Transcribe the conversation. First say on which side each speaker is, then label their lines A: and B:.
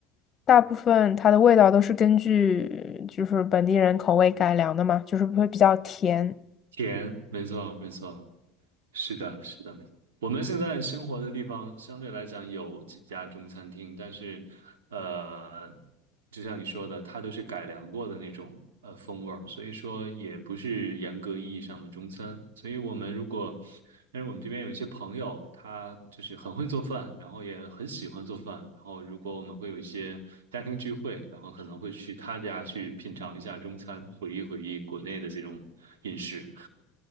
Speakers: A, on the left; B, on the right.
A: 大部分它的味道都是根据就是本地人口味改良的嘛，就是会比较甜。
B: 甜，没错，没错，是的，是的。我们现在生活的地方相对来讲有几家中餐厅，但是，呃，就像你说的，它都是改良过的那种呃风味儿，所以说也不是严格意义上的中餐。所以我们如果，但是我们这边有一些朋友，他就是很会做饭，然后也很喜欢做饭，然后如果我们会有一些家庭聚会，然后可能会去他家去品尝一下中餐，回忆回忆国内的这种饮食。